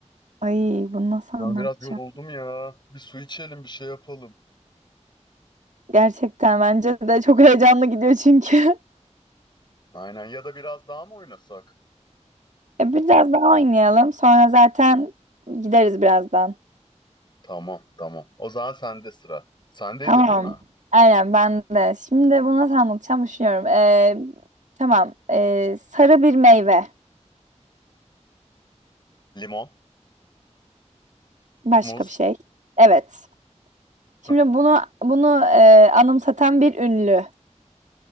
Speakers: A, on the right; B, on the left.
A: ay bunu nasıl anlatacağım?
B: Ben biraz yoruldum ya. Bir su içelim, bir şey yapalım.
A: Gerçekten bence de çok heyecanlı gidiyor çünkü. <laughs>
B: Aynen, ya da biraz daha mı oynasak?
A: E, biraz daha oynayalım. Sonra zaten gideriz birazdan.
B: Tamam, tamam. O zaman sende sıra. Sendeydi
A: Tamam.
B: değil mi?
A: Aynen ben de. Şimdi bunu nasıl anlatacağım düşünüyorum. Ee, tamam. Ee, sarı bir meyve.
B: Limon,
A: Başka
B: muz.
A: bir şey. Evet. Şimdi
B: <laughs>
A: bunu bunu e, anımsatan bir ünlü.